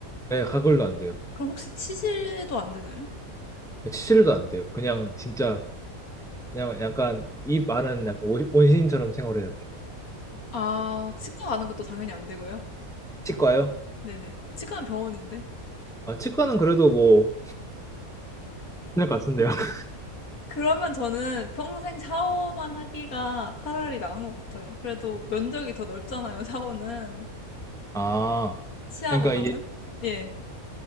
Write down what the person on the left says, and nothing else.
그럼 혹시 치실도 안 되나요?
아 치과 가는 것도 당연히 안 되고요.
네네. 치과는 병원인데.
그러면 저는 평생 샤워만 하기가 차라리 나은 것 같아요. 그래도 면적이 더 넓잖아요, 샤워는.
치아보다는.
음. 예.